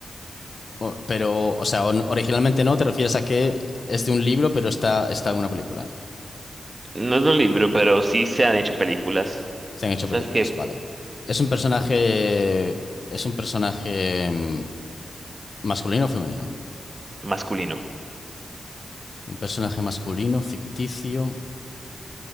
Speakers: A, on the left; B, on the right.
A: O- pero, o sea, on- originalmente no, te refieres a que es de un libro, pero está, está en una película.
B: No es un libro, pero sí se han hecho películas.
A: Se han hecho
B: Tú sabes
A: películas,
B: que
A: vale. ¿Es un personaje, es un personaje em, masculino o femenino?
B: masculino.
A: Un personaje masculino, ficticio.